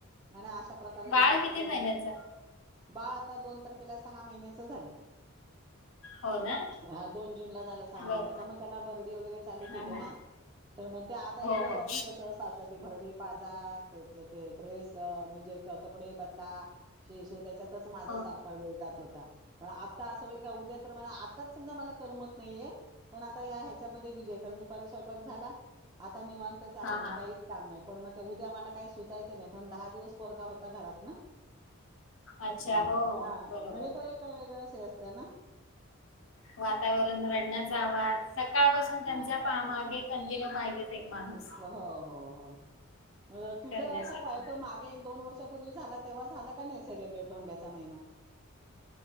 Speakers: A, on the right; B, on the left.
A: आणि अशा प्रकारे
B: बाळ
A: मग आता
B: किती
A: केला.
B: महिन्याच
A: बाळ आता दोन तारखेला सहा महिन्याच झालं.
B: हो ना
A: हा दोन जून ला झालं सहा
B: बर
A: महिन्याचा मग त्याला भरडी वगैरे चालू
B: हा
A: केले
B: हा
A: ना तर मग ते आता हित
B: हो
A: होता
B: हो
A: तर कस सारखं ते भरडी पाजा तेच कसं म्हणजे कपडे बदला शे स्वतःच्यात चं माझ्या
B: हो
A: सारख वेळ जात होत ता. पण आता अस होईल का उद्या तर आता समजा मला करमत नाहीये पण आता ह्याच्यामध्ये बिझी कारण दुपारी स्वयंपाक झाला. आता निवांतच आहे
B: हा
A: मी
B: हा
A: काहीच काम नाही. पण मग ते उद्या मला काय सुचायचं कारण दहा दिवस पोरगा होता घरात ना.
B: अच्छा
A: हम्म
B: हो
A: हा
B: बरोबर
A: म्हणजे तो एक वेगळंच असत ना.
B: वातावरण रडण्याचा आवाज सकाळपासून त्यांच्या
A: हां,
B: मागे कंटिन्यू पाहिजे एक माणूस
A: हो हो हो तुझ
B: करण्यासाठी
A: असं पात मागे एक दोन वर्ष पूर्वी झाला तेव्हा झाल का नाही सेलब्रेट धोंड्याचा महिना?